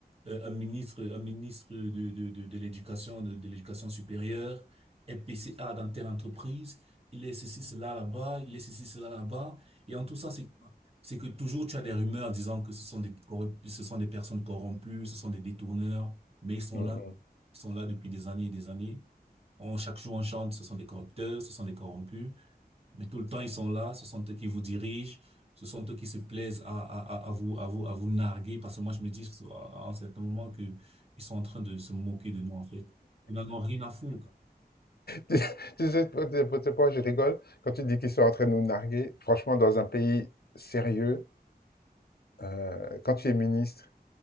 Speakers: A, on the right; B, on the left.
A: euh, un ministre, un ministre de, de, de, de l'éducation, de, de l'éducation supérieure, est PCA dans telle entreprise. Il est ceci, cela là-bas, il est ceci, cela là-bas. Et en tout ça, c'est c'est que toujours tu as des rumeurs disant que ce sont des corrup- ce sont des personnes corrompues, ce sont des détourneurs, mais ils sont
B: mm, mm,
A: là,
B: mm.
A: ils sont là depuis des années et des années. On, chaque jour on chante, ce sont des corrupteurs, ce sont des corrompus, mais tout le temps ils sont là, ce sont eux qui vous dirigent, ce sont eux qui se plaisent à, à, à à vous, à vous, à vous narguer, parce que moi je me dis à à un certain moment que ils sont en train de se moquer de nous en fait. Ils n'en ont rien à foutre.
B: <laughs> Tu sais pas tu sais pas- je rigole quand tu dis qu'ils sont en train de nous narguer. Franchement, dans un pays sérieux, euh, quand tu es ministre